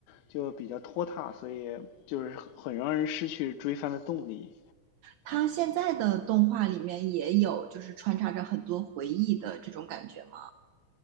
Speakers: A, on the left; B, on the right.
A: 就比较拖沓，所以就是很让人失去追番的动力。
B: 它现在的动画里面也有，就是穿插着很多回忆的这种感觉吗？